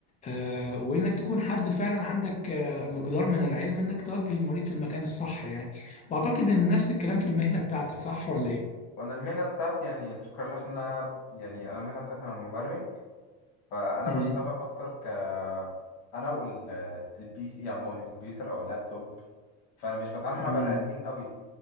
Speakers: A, on the left (about 20°); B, on the left (about 65°).
A: آه، وانك تكون حد فعلا عندك مقدار من العلم انك توجه المريض في المكان الصح يعني
B: مم.
A: واعتقد ان نفس الكلام في المهنة بتاعتك صح ولا ايه؟
B: وانا المهنه بتاعتي يعني الفكره اللي احنا يعني انا المهنه بتاعتي انا مبرمج فانا
A: امم
B: بشتغل اكتر ك انا والبي سي عموما الكمبيوتر او اللابتوب فانا مش بتعامل مع
A: امم
B: بني ادمين قوي